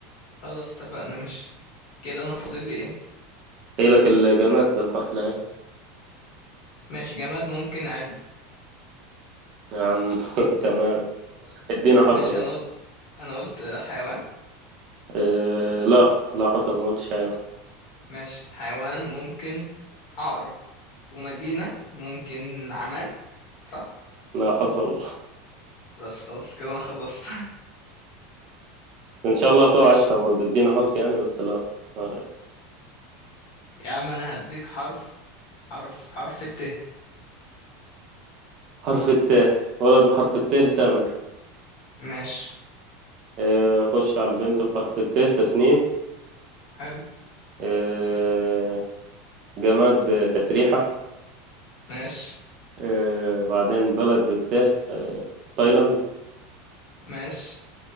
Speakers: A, on the left; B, on the right.
A: خلاص اتفقنا ماشي كده انا فاضل لي ايه
B: هي لك الجماد بالحرف العين
A: ماشي جماد ممكن علبة
B: يا عم <laughs> تمام ادينا حرف
A: ماشي
B: بقى
A: انا قلت انا قلت حيوان
B: إيه لا لا حصل ما قلتش حاجة.
A: ماشي حيوان ممكن عقرب ومدينة ممكن عمان صح
B: لا حصل
A: بس خلاص كده انا خلصت
B: ان شاء الله تقع
A: <laughs> ماشي
B: انت برضه ادينا حرف يعني بس لا آه.
A: يا عم انا هديك حرف حرف حرف الت
B: حرف التاء ولد بحرف التاء تامر
A: ماشي
B: آه، خش على البنت بحرف التاء تسنيم
A: حلو
B: آه، جماد آه، تسريحة
A: ماشي
B: آه، بعدين بلد بالتاء آه، تايلاند
A: ماشي